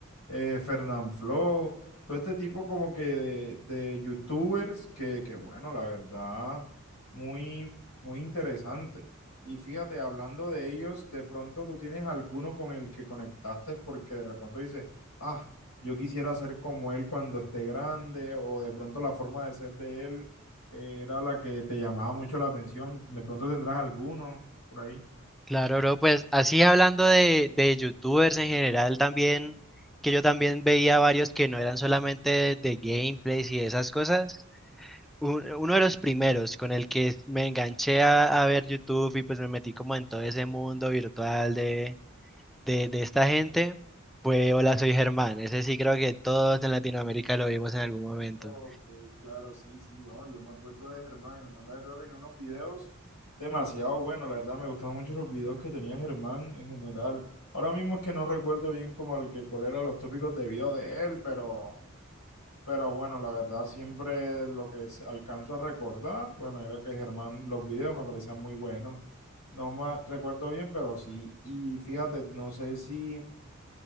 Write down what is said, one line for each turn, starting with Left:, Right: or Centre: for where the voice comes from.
Left: Eh, Fernanfloo, todo este tipo como que de, de youtubers que, que bueno, la verdad, muy, muy interesante. Y fíjate, hablando de ellos, de pronto tú tienes alguno con el que conectaste porque de pronto dices, ah, yo quisiera ser como él cuando esté grande, o de pronto la forma de ser de él eh, era la que te llamaba mucho la atención. De pronto tendrás alguno por ahí.
Centre: Claro, bro, pues así hablando de, de youtubers en general también, que yo también veía varios que no eran solamente de, de gameplays y esas cosas. un- uno de los primeros con el que me enganché a, a ver YouTube y pues me metí como en todo ese mundo virtual de, de, de esta gente fue Hola, soy Germán. Ese sí creo que todos en Latinoamérica lo vimos en algún momento.
Left: Ok, claro, sí, sí, no, yo me acuerdo de Germán, Germán la verdad tenía unos videos demasiado buenos, la verdad me gustaban mucho los videos que tenía Germán en general. Ahora mismo es que no recuerdo bien como el que cuál eran los tópicos de video de él, pero Pero bueno, la verdad, siempre lo que s- alcanzo a recordar, bueno, era que Germán, los videos me parecían muy buenos. No me recuerdo bien, pero sí. Y fíjate, no sé si